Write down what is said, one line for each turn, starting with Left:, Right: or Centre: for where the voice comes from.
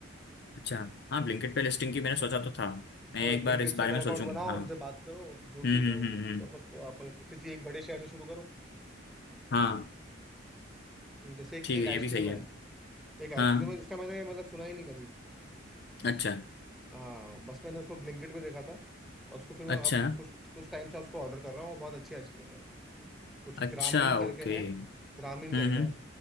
Left: अच्छा हाँ ब्लिंकिट पे लिस्टिंग की मैंने सोचा तो था
Centre: हाँ
Left: मैं
Centre: भाई
Left: एक
Centre: ब्लिंकिट
Left: बार इस बारे
Centre: सेलर
Left: में
Centre: अकाउंट
Left: सोचूंगा
Centre: बनाओ
Left: हाँ
Centre: उनसे बात करो जो भी
Left: हम्म
Centre: होगा
Left: हम्म
Centre: वो
Left: हम्म हम्म,
Centre: कर सकते हो आप मतलब किसी एक बड़े शहर से शुरू करो
Left: हाँ
Centre: जैसे एक
Left: ठीक
Centre: एक
Left: है
Centre: आइसक्रीम
Left: ये भी सही है
Centre: है एक आइसक्रीम
Left: हाँ
Centre: है जिसका मैंने मतलब सुना ही नहीं कभी
Left: अच्छा
Centre: हाँ बस मैंने उसको ब्लिंकिट पे देखा था और उसको फिर मैं
Left: अच्छा
Centre: अब कुछ कुछ टाइम से उसको ऑर्डर कर रहा हूँ और बहुत अच्छी आइसक्रीम है वो। कुछ
Left: अच्छा
Centre: ग्रामीण करके
Left: ओके
Centre: है ग्रामीण
Left: हम्म
Centre: करके
Left: हम्म,
Centre: है